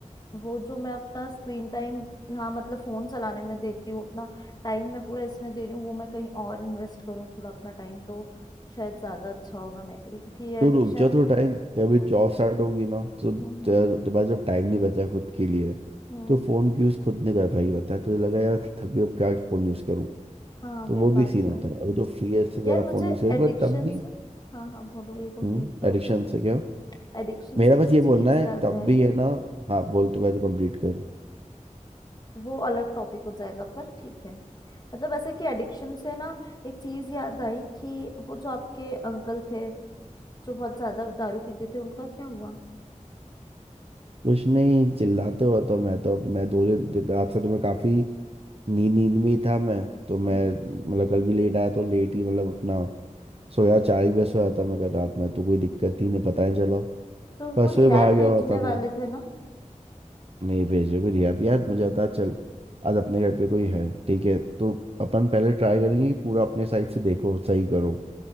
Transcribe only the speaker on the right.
तो
रुक जा थोड़ा टाइम जब अभी
जॉब स्टार्ट
होगी ना तो तेरे
तेरे पास जब टाइम नहीं बचा खुद के लिए
तो फोन की यूज खुद नहीं कर पाएगी पता है तुझे लगा यार थक गई अब क्या फोन यूज करूँ
तो
वो भी
सीन
होता
है अभी तो फ्री है इससे ज्यादा
फोन यूज कर
पर तब भी
हम्म
एडिक्शन
से क्या
मेरा
बस ये
बोलना है
तब
भी है ना हाँ बोल तू मैं तो कंप्लीट कर
कुछ नहीं चिल्लाते हो तो मैं तो मैं दो दिन रात से तो मैं काफी नींद नींद में ही था मैं तो मैं
मतलब कल भी लेट आया तो लेट ही मतलब अपना सोया चार ही बजे सोया था मैं कल रात में तो कोई दिक्कत ही नहीं पता नहीं चला
परसों
ही बाहर गया
हुआ था मैं
नहीं भेजे कोई रिहा भी यार मुझे था चल आज अपने घर पे कोई है ठीक है तो अपन पहले ट्राई करेंगे कि पूरा अपने साइड से देखो सही करो